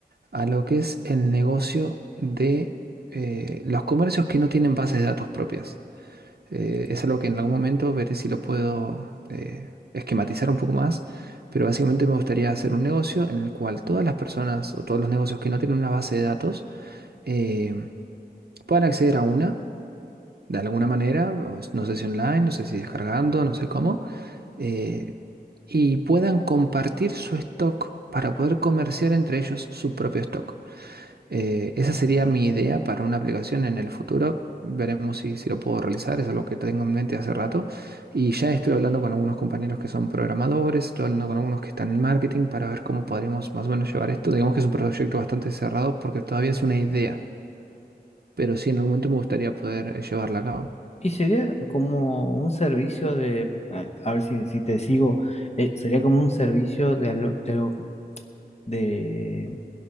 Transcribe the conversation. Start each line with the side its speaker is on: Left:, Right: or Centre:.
Right: a lo que es el negocio de eh, los comercios que no tienen bases de datos propias. Eh, es algo que en algún momento veré si lo puedo eh, esquematizar un poco más, pero básicamente me gustaría hacer un negocio en el cual todas las personas o todos los negocios que no tienen una base de datos eh, puedan acceder a una de alguna manera, o s- no sé si online, no sé si descargando, no sé cómo, eh, y puedan compartir su stock para poder comerciar entre ellos su propio stock. Eh, esa sería mi idea para una aplicación en el futuro. Veremos si, si lo puedo realizar, es algo que tengo en mente hace rato. Y ya estoy hablando con algunos compañeros que son programadores, estoy hablando con algunos que están en marketing para ver cómo podremos más o menos llevar esto. Digamos que es un proyecto bastante cerrado porque todavía es una idea, pero sí en algún momento me gustaría poder eh, llevarla a cabo.
Left: Y sería como un servicio de, a a ver si, si te sigo, eh, sería como un servicio de, alo- de, lo- de-